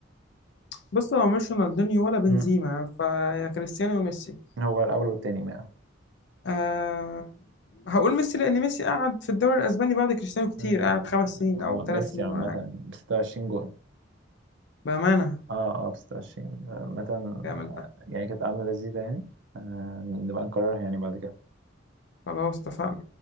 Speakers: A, on the left (about 65°); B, on the right (about 70°).
A: بص هو مش رونالدينيو ولا بنزيما
B: مم.
A: فيا كريستيانو وميسي
B: هو الأول والتاني ما
A: أه هقول ميسي لأن ميسي قعد في الدوري الأسباني بعد كريستيانو كتير
B: مم.
A: قعد خمس سنين
B: هو
A: أو
B: ميسي
A: ثلاث سنين
B: عامة
A: ولا حاجة
B: ب 26 جون
A: بأمانة
B: اه اه ب 26 عامة
A: كامل
B: آه،
A: ده
B: يعني كانت قعدة لذيذة يعني آه، نبقى نكررها يعني بعد كده
A: خلاص اتفقنا